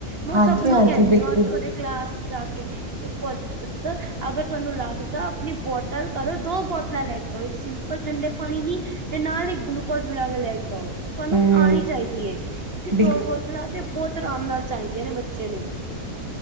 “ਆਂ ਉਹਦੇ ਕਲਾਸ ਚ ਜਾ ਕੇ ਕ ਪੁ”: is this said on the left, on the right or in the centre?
Right